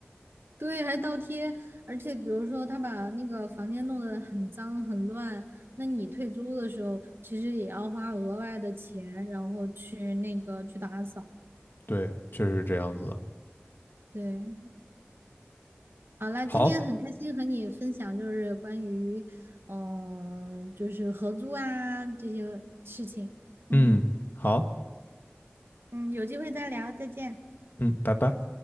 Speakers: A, on the right; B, on the left.
A: 对，还倒贴，而且比如说他把那个房间弄得很脏很乱，那你退租的时候其实也要花额外的钱，然后去那个去打扫。
B: <laughs> 对，确实是这样子的。
A: 对，好啦，
B: 好，
A: 今天很开心和你分享，就是关于，嗯、就是合租啊这些事情。嗯
B: 嗯，好，
A: 嗯，有机会再聊，再见。
B: 嗯，拜拜。